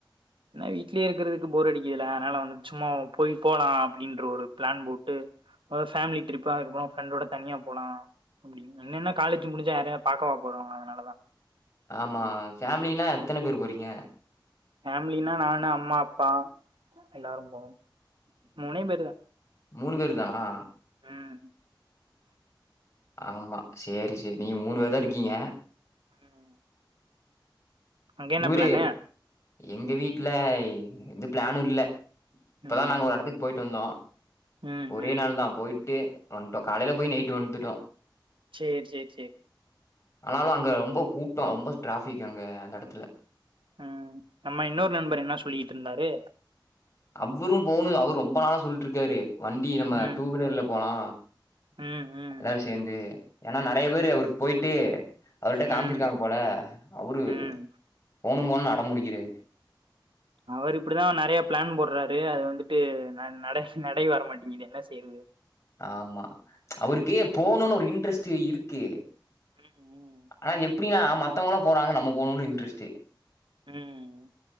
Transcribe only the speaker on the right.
என்ன வீட்லயே இருக்கறதுக்கு போர் அடிக்குதில்ல அதனால வந்து சும்மா போயி போலாம் அப்படின்ற ஒரு பிளான் போட்டு ஃபேமிலி ட்ரிப்பு அதுக்கப்புரொ ஃரெண்டோட தனியா போலா என்னன்ன காலேஜு முடிஞ்சா யாரையா பாக்கவா போறோ அதனா
ஃபேமிலினா நானு அம்மா அப்பா எல்லாரு போவோ மூணே பேருதா
ம்
<inaudible> அங்க என்ன
பிளானு
ம்
ம்
ம்
சேரி சேரி சேரி
ம் நம்ம இன்னொரு நண்பர் என்ன சொல்லிட்டு இருந்தாரு
ம்
ம் ம்
ம்
ம்
அவரு இப்டிதா நறைய ப்ளான் போட்றாரு அது வந்துட்டு ந நட நடை வரமாட்டிங்கிது என்ன செய்றது
ம்
ம்